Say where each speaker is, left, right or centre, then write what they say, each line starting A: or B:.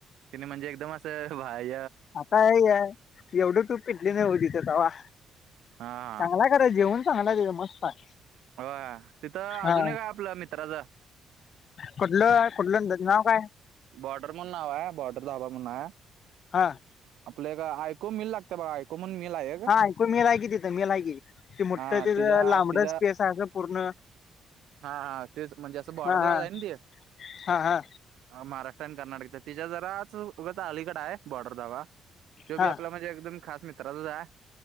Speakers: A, on the right; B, on the left.
A: तिने म्हणजे एकदम असं भाय
B: आता हे आहे एवढं टूप पेटली नाही हो तिथं तवा,
A: हा
B: चांगला र जेवन चांगलाय तिथ मस्त आहे.
A: भावा तिथं अजून
B: हा
A: एक आपल्या मित्राचा
B: कुठलं आहे कुठलं त्याच नाव काय?
A: बॉर्डर म्हणून नाव हाय, बॉर्डर ढाबा म्हणून हाय.
B: हं
A: आपलं एक आयकोम मिल लागतं बघा आयकोमण मिल आहे एक.
B: हा ऐकोमील हाय की, तिथं मील हाय की ति मोठं
A: हा
B: तिच
A: तिच्या
B: लांबडच
A: तिच्या
B: पेस आहे असं पूर्ण
A: हा हा तेच म्हणजे असं बॉर्डरला
B: हा हा
A: हाय ना ती.
B: हा हा
A: महाराष्ट्र आणि कर्नाटकचा तिच्या जराच उगा अलीकड आहे बॉर्डर ढाबा. त्यो
B: हा
A: बी आपला म्हणजे एकदम खास मित्राचाच हाय.